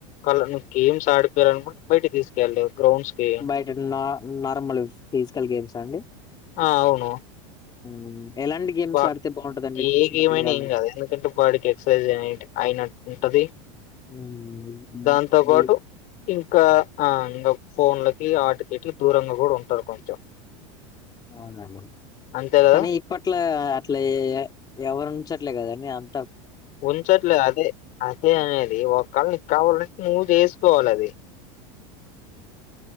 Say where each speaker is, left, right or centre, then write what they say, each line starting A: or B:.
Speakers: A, on the left (about 50°); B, on the left (about 25°).
A: కళ్ళ నువ్వు గేమ్స్ ఆడిపోయాలనుకుంటే బయటికి తీసుకెళ్ళు గ్రౌండ్స్ కి
B: బయట నా నార్మల్ ఫిజికల్ గేమ్స్ అ అండి
A: ఆ అవును
B: మ్ ఎలాంటి గేమ్స్
A: వా
B: ఆడితే బాగుంటదండి
A: ఏ
B: చిన్నపిల్లగాళ్ళు
A: గేమ్ అయినా ఏం కాదు ఎందుకంటే బాడీకి ఎక్సర్సైజ్ అయినట్టు ఉంటది
B: హ్మ్. హ్మ్.
A: దాంతో
B: వీళ్ళు
A: పాటు ఇంకా ఆ ఇంగ ఫోన్లకి ఆటికి ఇట్కి దూరంగా కూడా ఉంటారు కొంచెం
B: అవునండి
A: అంతే కదా
B: కానీ ప్పట్లా అట్లా ఎవరూంచట్లే కదీ అండి అంత
A: ఉంచట్లే అదే అదే అనేది ఒకళ్ళ నీకు కావాలంటే నువ్వు చేసుకోవాలి అది